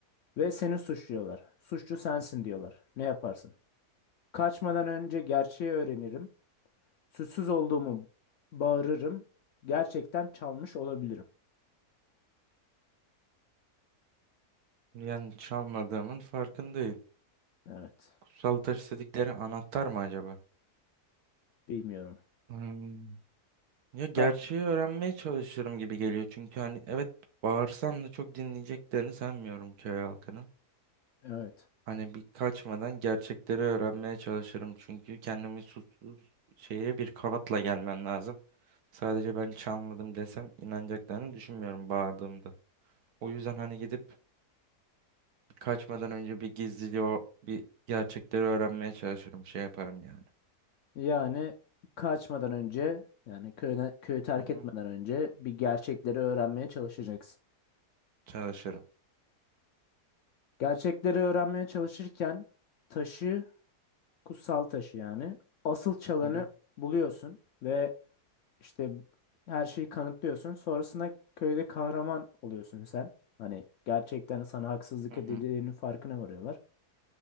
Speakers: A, on the left; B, on the right.
A: Ve seni suçluyorlar. Suçlu sensin diyorlar. Ne yaparsın? Kaçmadan önce gerçeği öğrenirim. Suçsuz olduğumu bağırırım. Gerçekten çalmış olabilirim.
B: Yani çalmadığımın farkındayım.
A: Evet.
B: Kutsal taş dedikleri anahtar mı acaba?
A: Bilmiyorum.
B: Hmm. Ya gerçeği
A: Ka-
B: öğrenmeye çalışırım gibi geliyor. Çünkü hani evet bağırsam da çok dinleyeceklerini sanmıyorum köy halkının.
A: evet.
B: Hani bir kaçmadan gerçekleri öğrenmeye çalışırım. Çünkü kendimi suçsuz şeye bir kanatla gelmem lazım. Sadece ben çalmadım desem inanacaklarını düşünmüyorum bağırdığımda. O yüzden hani gidip Kaçmadan önce bir gizliliği o bir gerçekleri öğrenmeye çalışırım. Şey yaparım yani.
A: Yani kaçmadan önce yani köyden, köyü terk
B: Hı hı.
A: etmeden önce bir gerçekleri öğrenmeye çalışacaksın.
B: Çalışırım.
A: Gerçekleri öğrenmeye çalışırken taşı, kutsal taşı yani asıl çalanı
B: Hı hı.
A: buluyorsun ve işte her şeyi kanıtlıyorsun. Sonrasında köyde kahraman oluyorsun sen. Hani gerçekten sana haksızlık
B: Hı
A: edildiğinin
B: hı.
A: farkına varıyorlar.